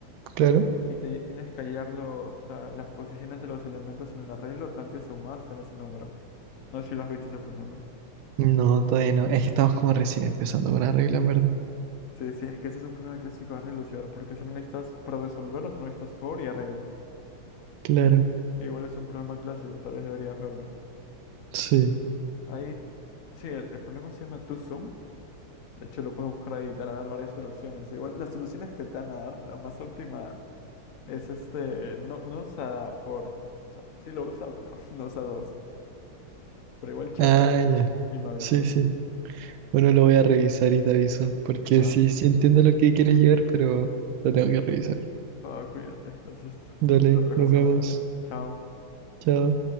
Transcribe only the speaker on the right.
Claro.
No, todavía no. Es que estamos como recién empezando con arreglos, en ¿verdad?
Claro.
Sí.
Ah, ya.
Sí, sí. Bueno, lo voy a revisar y te aviso, porque
sí, sí entiendo lo que quieres llegar, pero lo tengo que revisar.
Dale,
nos
vemos.
Chao.